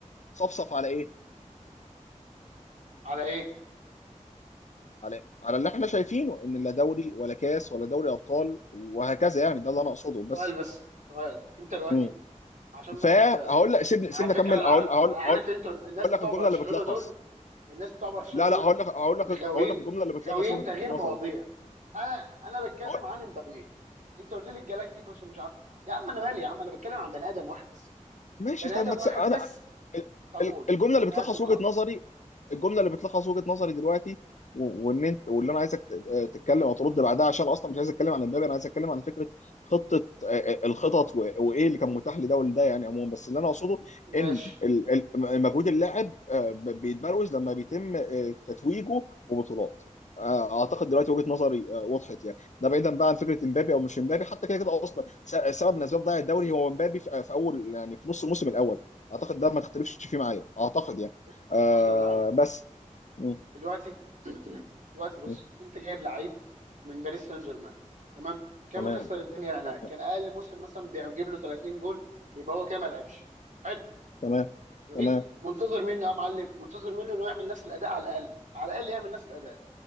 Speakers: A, on the left (about 65°); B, on the right (about 70°).
A: صفصف على ايه؟
B: على ايه
A: على على اللي احنا شايفينه ان لا دوري ولا كاس ولا دوري ابطال وهكذا يعني ده اللي انا اقصده بس
B: سؤال بس سؤال انت دلوقتي
A: مم.
B: عشان
A: فهقول
B: بس انت خدت
A: لك سيبني
B: على
A: سيبني
B: فكره
A: اكمل
B: انا
A: اقول
B: عارف
A: اقول
B: انا عارف
A: اقول
B: انتوا الناس
A: اقول
B: بتوع
A: لك الجمله
B: برشلونه
A: اللي بتلخص
B: دول الناس بتوع برشلونه
A: لا
B: دول
A: لا هقول لك
B: انتوا
A: هقول لك هقول
B: غاويين
A: لك الجمله اللي بتلخص
B: غاويين
A: وجهه
B: تغيير
A: نظري
B: مواضيع
A: طيب
B: انا انا بتكلم
A: هقول...
B: عن امبابي انت قلت لي الجالاكتيكوس ومش عارف يا عم انا مالي يا عم انا بتكلم عن بني ادم واحد بس
A: ماشي
B: بني
A: طيب
B: ادم
A: ما تس...
B: واحد
A: انا
B: بس
A: ال-
B: طب
A: ال-
B: قول
A: الجمله اللي
B: انا
A: بتلخص
B: هسكت خالص
A: وجهه نظري الجمله اللي بتلخص وجهه نظري دلوقتي و- وان انت واللي انا عايزك ت- تتكلم او ترد بعدها عشان اصلا مش عايز اتكلم عن امبابي انا عايز اتكلم عن فكره خطه آه، الخطط و- وايه اللي كان متاح لده ولده يعني عموما بس اللي انا اقصده
B: ماشي
A: ان ال- ال- مجهود اللاعب آه، ب- بيتبروز لما بيتم آه، تتويجه ببطولات آه، اعتقد دلوقتي وجهه نظري آه، وضحت يعني. ده بعيدا بقى عن فكره امبابي او مش امبابي حتى كده كده اصلا س- سبب من اسباب ضياع الدوري هو امبابي في في اول يعني في نص الموسم الاول اعتقد ده ما تختلفش فيه معايا اعتقد يعني
B: ب-
A: آه
B: بص يا زعيم
A: بس م-
B: دلوقتي <clears throat> دلوقتي بص
A: م-
B: انت جايب لعيب من باريس سان جيرمان تمام كان
A: تمام
B: مكسر الدنيا هناك
A: تمام
B: كان اقل موسم مثلا بيجيب له 30 جول يبقى هو كده ما لعبش حلو
A: تمام
B: جميل
A: تمام
B: منتظر منه يا معلم منتظر منه انه يعمل نفس الاداء على الاقل على الاقل يعمل نفس الاداء